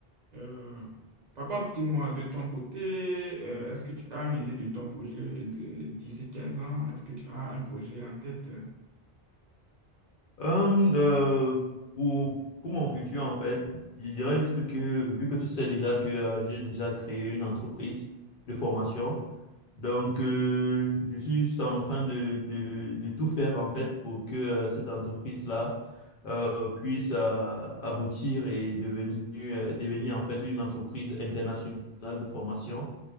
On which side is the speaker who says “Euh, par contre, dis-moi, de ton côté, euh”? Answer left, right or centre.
Right